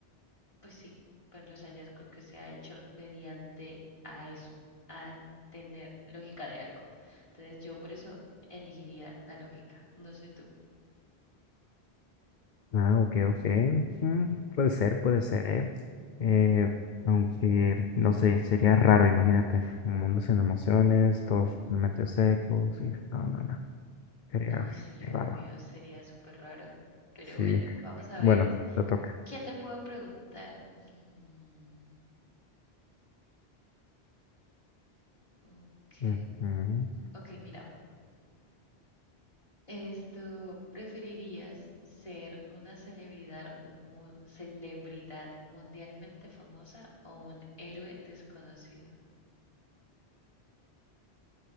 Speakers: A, on the left; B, on the left.
A: pues sí, por los hallazgos que se ha hecho mediante a eso, a tener lógica de algo. Entonces yo por eso elegiría la lógica. No sé tú.
B: Ah, ok, ok. Mm, puede ser, puede ser, ¿eh? Eh, aunque, no sé, sería raro, imagínate, un mundo sin emociones, todos totalmente secos, y no, no, no, sería
A: No, sí,
B: raro.
A: obvio, sería súper raro. Pero
B: Sí,
A: bueno, vamos a
B: bueno,
A: ver.
B: te toca.
A: ¿Qué te puedo preguntar? Mm, ok,
B: Ujú.
A: ok, mira. Esto, ¿preferirías ser una celebridad, mu- celebridad mundialmente famosa o un héroe desconocido?